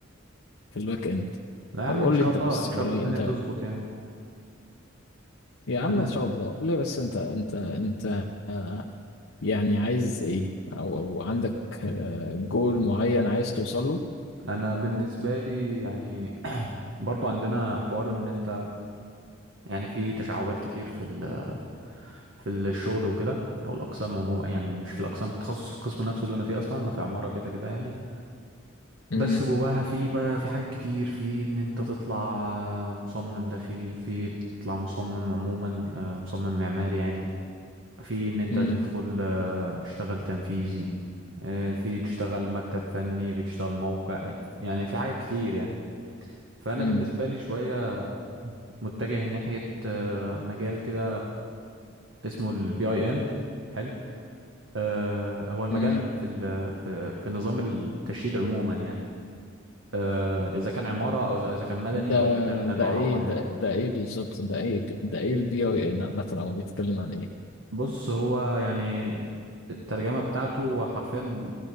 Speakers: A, on the left; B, on the right.
A: في الباك إند
B: لا يا
A: طب
B: عم
A: قول
B: ان شاء
A: لي أنت
B: الله
A: بس
B: ان شاء
A: قول
B: الله
A: لي
B: الدنيا
A: أنت
B: تظبط يعني
A: يا عم
B: انا
A: إن شاء الله قول لي بس أنت أنت أنت آه، يعني عايز ايه او, أو عندك آه، جول معين عايز توصل له
B: انا بالنسبه لي يعني <clears throat> برضو عندنا حوار ان انت يعني في تشعبات كتير في ال في الشغل وكده او الاقسام عموما يعني مش في الاقسام التخصص في القسم نفسه اللي انا فيه اصلا انا في عماره كده كده يعني
A: امم
B: بس جواها في بقى في حاجات كتير في ان انت تطلع آه، مصمم داخلي في تطلع مصمم عموما آه، مصمم معماري يعني في ان انت
A: امم
B: تدخل آه، تشتغل تنفيذي آه، في تشتغل مكتب فني في تشتغل موقع يعني في حاجات كتير يعني فانا
A: امم
B: بالنسبه لي شويه متجه ناحيه آه، مجال كده اسمه البي اي ام حلو آه، هو المجال
A: امم
B: في ال- في في نظام التشييد عموما يعني آه، اذا كان عماره او اذا إذا كان مدني
A: ده
B: او اذا كان
A: ده
B: كهرباء
A: ايه ده
B: يعني
A: ده ايه بالظبط ده ايه ب- ده ايه البي اي ان عامه او بيتكلم عن ايه
B: بص هو يعني الترجمة بتاعته هو حرفيا